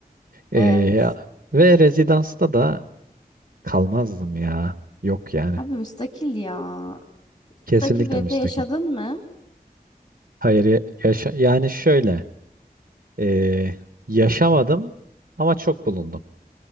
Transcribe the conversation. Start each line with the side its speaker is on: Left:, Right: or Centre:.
Right: Ee,
Left: Evet.
Right: ve rezidansta da kalmazdım ya. Yok yani.
Left: Abi müstakil ya. Müstakil
Right: Kesinlikle
Left: bir evde
Right: müstakil.
Left: yaşadın mı?
Right: Hayır ya- yaşa yani şöyle. Ee, yaşamadım ama çok bulundum.